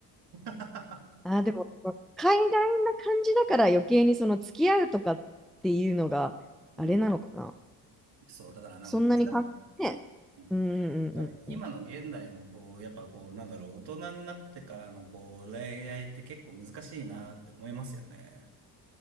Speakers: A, on the right; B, in the centre.
A: た。
B: ああ、でも、海外な感じだから余計にその付き合うとかっていうのが、
A: <laughs> うん。
B: あれなのかな。
A: そう、だからなんか難しい。
B: そんなにか、ね。
A: うんだから今の現代のこう、
B: うん、うん、うん、う
A: やっぱこう、なんだろう、大人になってからのこう、恋愛って結構難しいなって思いますよね。